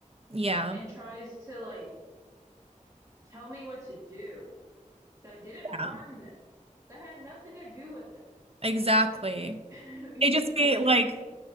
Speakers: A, on the right; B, on the right.
A: Yeah.
B: and tries to like tell me what to do that didn't harm
A: Yeah.
B: them, that had nothing to do with them.
A: Exactly.
B: <laughs> But in
A: It just be like,
B: the,